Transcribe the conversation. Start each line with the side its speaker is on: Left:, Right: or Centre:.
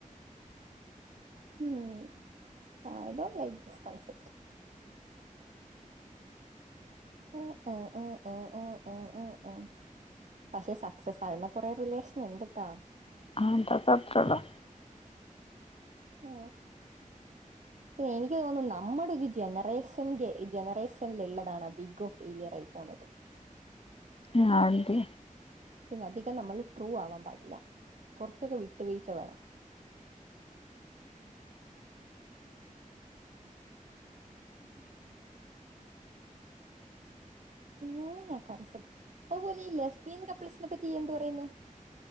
Right: ഉം I don't like this concept ആ ആ ആ ആ ആ ആ ആ ആ പക്ഷെ സക്സസ് ആയ്ള്ള കൊറെ റിലേഷൻ ഇണ്ട്ട്ടാ
Left: ആ ഇതൊക്കത്രള്ളൂ
Right: ആ പിന്നെ എനിക്ക് തോന്നുന്നു നമ്മടൊരു ഒര ജനറേഷൻ ജനറേഷനൽള്ളതാണ് അതികം ഫെയിലിയർ ആയി പോണത്
Left: ആ ണ്ട്
Right: പിന്നെ അധികം നമ്മൾ ട്രൂ ആവാൻ പാടില്ല കൊറച്ചൊക്കെ വിട്ടുവീഴ്ച വേണം <unintelligible> കൺസെപ്റ്റ് അതുപോലെ ഈ ലെസ്ബിയൻ കപ്പിൾസിനെ പറ്റി യ്യ് എന്ത് പറയ്ന്ന്